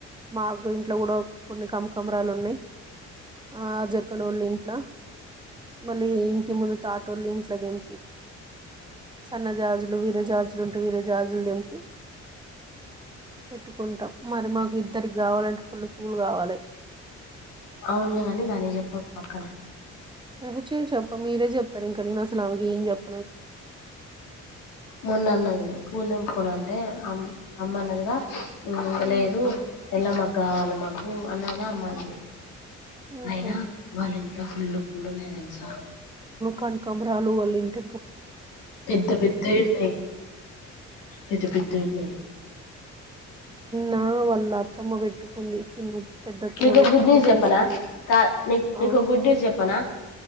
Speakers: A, on the right; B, on the left.
A: మాకు ఇంట్లో గుడా కొన్ని కంక్ కమరాలు ఉన్నాయ్ ఆ జక్కలోళ్ళు ఇంట్లో మళ్ళీ ఇంటి ముందు తాటోళ్ళు ఇంట్లో దెం సన్న జాజులు వీరే జాజులు ఉంటే వీర జాజులు దింపి పెట్టుకుంటాం మరి మాకు ఇద్దరి కావాలంటే ఫుల్ పూలు కావాలి
B: అవునులేగాని దానికి జెప్ <unintelligible> పక్కన
A: <unintelligible> చెప్ప మీరేజెప్తారు ఇంకా ఏమ్ జెప్
B: మొన్న అన్నది పూల్ దెంపుకోనని అంటే అమ్ అమ్మన్నదిగా
A: ఉమ్,
B: లేదు ఎలా మాకు గావాలి మాకు అని అమ్మ అన్నది
A: ఉహు.
B: అయినా వాల్ ఇంట్లో ఫుల్లు పూలు ఉన్నాయ్ దెలుసా
A: కనకాంబరాలు అల్లుంటే
B: పెద్ద పెద్ద ఉన్నాయి పెద్ద పెద్ద ఉన్నాయి.
A: నాగా వల్ల అత్తమ పెట్టుకుంది చిన్న పెద్దత్తమ్మ
B: నీకు ఓ
A: పెట్టుకుంటే
B: గుడ్ న్యూస్ చెప్పనా
A: చూసిన నేను
B: కాడ్ నీకు
A: ఆ
B: ఓ గుడ్ న్యూస్ చెప్పనా.